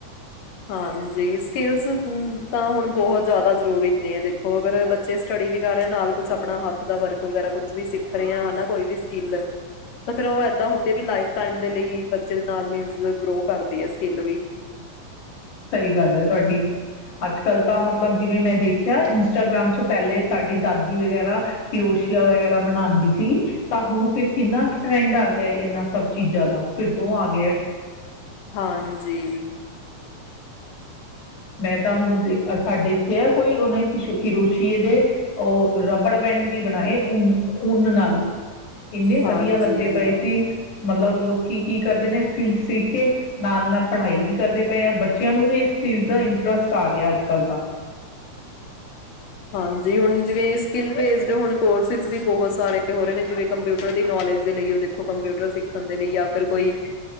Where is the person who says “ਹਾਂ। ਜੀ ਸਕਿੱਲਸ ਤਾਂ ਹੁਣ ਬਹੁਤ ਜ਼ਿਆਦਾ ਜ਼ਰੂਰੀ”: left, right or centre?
Left